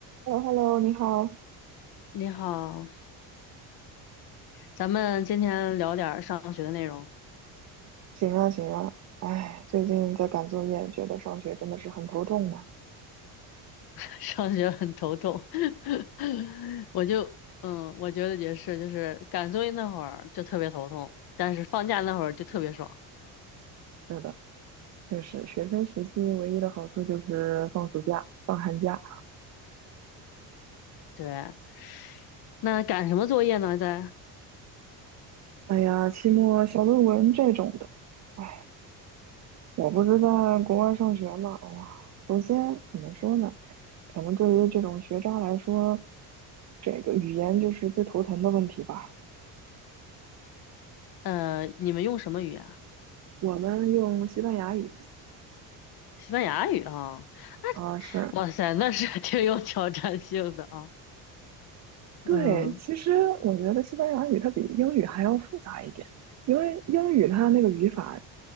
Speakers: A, on the right (about 40°); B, on the left (about 55°).
A: h e l l o h e l l o 你好。
B: 你好，咱们今天聊点儿上学的内容。
A: 行啊，行啊。哎，最近在赶作业，觉得上学真的是很头痛啊。
B: <laughs> 上学很头痛，<laughs> 我就嗯，我觉得也是，就是赶作业那会儿就特别头痛，但是放假那会儿就特别爽。
A: 是的，确实，学生时期唯一的好处就是放暑假、放寒假。
B: 对，那赶什么作业呢？在
A: 哎呀，期末小论文这种的，哎，我不是在国外上学嘛。哎呀，首先怎么说呢？可能对于这种学渣来说，这个语言就是最头疼的问题吧。
B: 呃，你们用什么语言？
A: 我们用西班牙语，
B: 西班牙语啊！
A: 啊，是
B: 哇塞，那是 <laughs> 挺有挑战性的啊。
A: 对，
B: 嗯
A: 其实我觉得西班牙语它比英语还要复杂一点，因为英语它那个语法